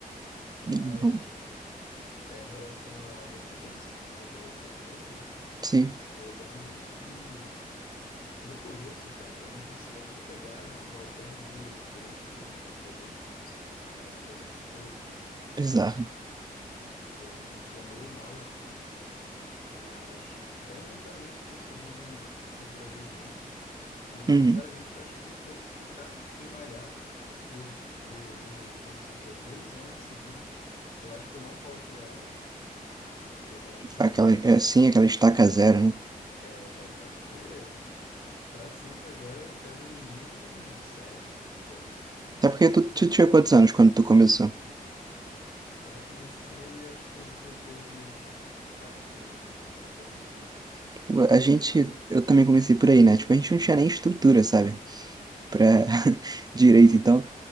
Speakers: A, on the left; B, on the right.
A: Mas
B: <clears throat>
A: é, em relação a- ao meu começo, você falou do seu começo, né?
B: Sim,
A: Eu lembro que no começo, cara, eu não conseguia nem pegar o halter de 3 quilos para fazer bíceps. Era uma coisa muito doida.
B: bizarro.
A: E eu me sentia meio mal assim. Mas bem lentamente eu consegui ir progredindo. E,
B: <clears throat>
A: sinceramente, eu acho que se eu ficar sem malhar por, por vamos, vamos supor, dois anos seguidos, eu acho que eu não volto a, a pegar 3
B: Aquela,
A: quilos.
B: é, sim, aquela estaca zero, né?
A: É, exato, eu acho que eu, para sempre agora, eu pego no mínimo uns 7, 8.
B: Até porque tu, tu tinha quantos anos quando tu começou?
A: Quando eu comecei, eu acho que eu devia ter os meus catorze, catorze 15.
B: Tipo, A gente, eu também comecei por aí, né? Tipo, a gente não tinha nem estrutura, sabe? Pra <laughs> direito. Então,